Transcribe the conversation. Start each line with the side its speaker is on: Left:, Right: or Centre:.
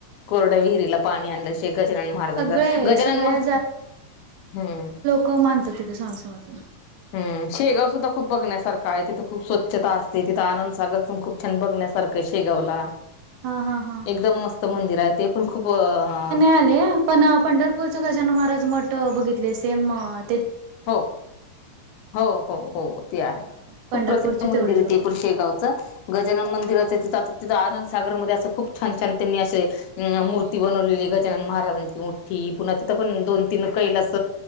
Left: कोरड्यां विहिरीला पाणी आणलं श गजानन महाराजांच
Right: सगळे
Left: गजानन
Right: सगळ्या
Left: महारांज हम्मं
Right: खूंप मानतांत तिथे स्वामी समर्थांना
Left: हम्मं शेगांव सुद्धां खूंप बघण्यांसारखा आहे तिथं खूंप स्वच्छ्ता असते तिथं आनंद सागर खूंप छांन बघण्यांसारखंय शेगांवला
Right: हा हा हा
Left: एकदंम मस्तं मंदिर आहे ते पणं खूंप अं अं
Right: आलेया पणं पंढरपूरचं गजानन महारांज मठं अं बघितले सेम अं
Left: हो.. हो.. हो.. हो, ते आहे.
Right: हा पंढरपूरची
Left: खूंप प्रसिद्ध मंदिर
Right: तेवढीच
Left: आहे
Right: बघितली
Left: ते पणं शेगावचं. गजानन मंदिरांच्या तिथं, आंता तिथं आनंदसागर मध्यें असं खूंप छांन-छांन त्यांनी असे अं.. मूर्ती बनवलेली आहे, गजानन महाराजांची मोठ्ठी. पुन्हां तिथं पणं, दोन-तीन कैलास